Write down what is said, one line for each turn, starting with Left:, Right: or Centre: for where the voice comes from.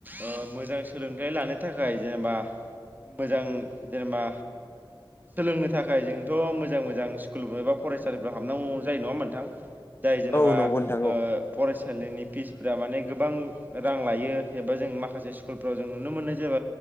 Right: ओ मोजां सोलोंथाइ लानो थाखाय जेनेबा मोजां जेनेबा सोलोंनो थाखाय जोंथ' मोजां-मोजां स्कुल एबा फरायसालिफोराव हाबनांगौ जायो नङामबा नोंथां। जाय जेनेबा
Left: औ नंगौ नोंथां
Right: ओ फरायसालिनि फिसफोरा माने गोबां रां लायो एबा जों माखासे स्कुलफ्राव जों नुनो मोनो जेब